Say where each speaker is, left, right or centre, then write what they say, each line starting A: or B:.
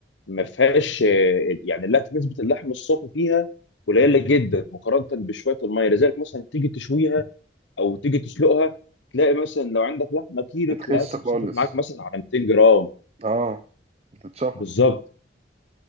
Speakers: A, on the left; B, on the right.
A: ما فيهاش آه، يعني لا نسبه اللحم الصافي فيها قليله جدا مقارنه بشويه الميه لذلك مثلا تيجي تشويها او تيجي تسلقها تلاقي مثلا لو عندك لحمه كيلو
B: بتخس
A: تلاقيها صفصفت
B: خالص
A: معاك مثلا على 200 جرام
B: اه بتتشفط
A: بالظبط